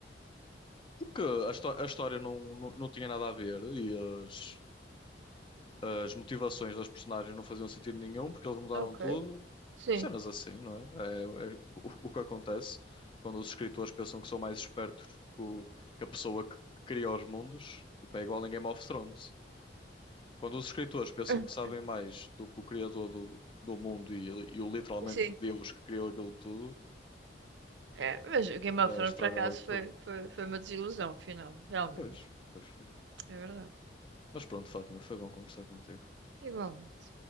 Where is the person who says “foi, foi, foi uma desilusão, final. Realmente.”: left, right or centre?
Right